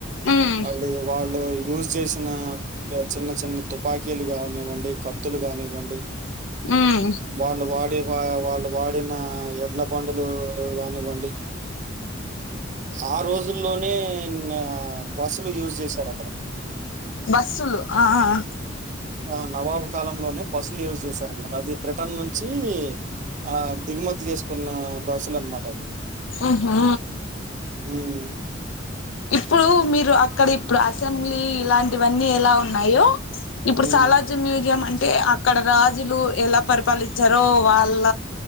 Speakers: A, on the left; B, on the right.
A: ఉమ్
B: మళ్ళీ వాళ్ళు యూస్ చేసిన చిన్న చిన్న తుపాకీలు కానివ్వండి కత్తులు కానివ్వండి
A: ఉమ్
B: వాళ్ళు వాడి వా వాళ్ళు వాడిన ఎడ్ల బందులు గానివండి ఆ రోజుల్లోనే నా బస్సులు యూజ్ చేసారు అక్కడ
A: బస్సులు ఆ ఆ ఆ
B: ఆ నవాబు కాలంలోనే బస్సులు యూజ్ చేశారనమాట అది పట్టం నుంచి ఆ దిగుమతి చేసుకున్న బస్సులు అనిమాట అవి
A: ఉహూ
B: ఉమ్
A: ఇప్పుడు మీరు అక్కడ ఇప్పుడు అసెంబ్లీ ఇలాంటివన్నీ ఎలా ఉన్నాయో ఇప్పుడు
B: హ్మ్.
A: సలార్జామ్ మ్యూజియం అంటే ఆ అక్కడ రాజులు ఎలా పరిపాలించారో వాళ్ళ